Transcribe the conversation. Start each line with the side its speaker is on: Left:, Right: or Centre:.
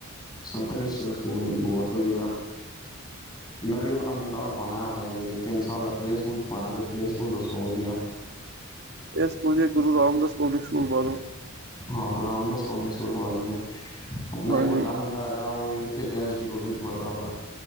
Left: ਸੰਤਨਿਸ਼ਰ ਸਕੂਲ ਬੋਤ ਵਧੀਆ ਮੈਂ ਵੀ ਆਪਣਾ ਮੁੰਡਾ ਪਾਣਾ ਹੁਣੇ ਹਜੇ ਤਿੰਨ ਸਾਲ ਦਾ ਪਲੇਅ ਸਕੂਲ 'ਚ ਪਾਣਾ ਕੋਈ ਪਲੇਅ ਸਕੂਲ ਦੱਸੋ ਵਧੀਆ
Right: ਇਹ ਸਕੂਲ ਜੀ ਇੱਕ ਗੁਰੂ ਰਾਮਦਾਸ ਪਬਲਿਕ ਸਕੂਲ ਪਾ ਦੋ।
Left: ਹਾਂ ਗੁਰੂ ਰਾਮਦਾਸ ਪਬਲਿਕ ਸਕੂਲ ਪਾ ਦੀਏ ਆਪਣਾ
Right: ਹਾਂਜੀ
Left: ਇੱਕ ਵੱਡਾ ਮੁੰਡਾ ਹੈਗਾ ਓ ਇੱਥੇ ਜੇ ਐਸ ਡੀਬਲਿਊ 'ਚ ਪੜ੍ਹਦਾ ਵਾ